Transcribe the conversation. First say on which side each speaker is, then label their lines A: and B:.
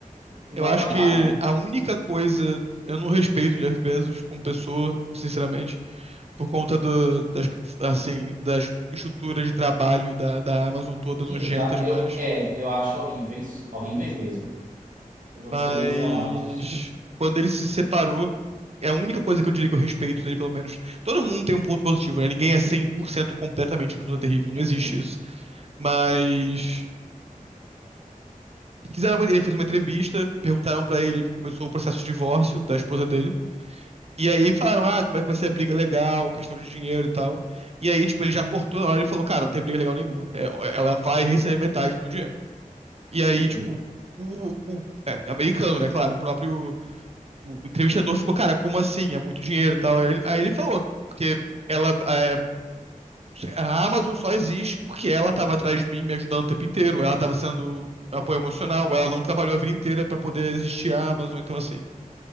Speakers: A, on the right; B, on the right.
A: embasbacado.
B: Eu acho que a única coisa. Eu não respeito o Jeff Bezos como pessoa, sinceramente, por conta do- das, assim, das estruturas de trabalho da, da Amazon toda
A: Sim,
B: nojenta
A: dá,
B: demais.
A: eu, é, eu acho horríveis, horríveis mesmo. Enquanto
B: Mas
A: você lê os relatos.
B: quando ele se separou, é a única coisa que eu diria que eu respeito dele, pelo menos. Todo mundo tem um ponto positivo, né? Ninguém é 100% completamente pessoa terrível, não
A: Uhum,
B: existe isso. Mas fizeram uma, ele fez uma entrevista, perguntaram pra ele, começou o processo de divórcio da esposa dele. E aí falaram, ah, como é que vai ser a briga legal, questão de dinheiro e tal. E aí, tipo, ele já cortou na hora e falou, cara, não tem briga legal nenhuma. É, é, Ela vai receber metade do meu dinheiro. E aí,
A: uhum.
B: tipo, o, o é, americano, né, claro, o próprio o entrevistador ficou, cara, como assim? É muito dinheiro e tal. Aí, ele- aí ele falou, porque ela, é, a Amazon só existe porque ela tava atrás de mim, me ajudando o tempo inteiro. Ela tava sendo apoio emocional, ela não trabalhou a vida inteira pra poder existir a Amazon, então assim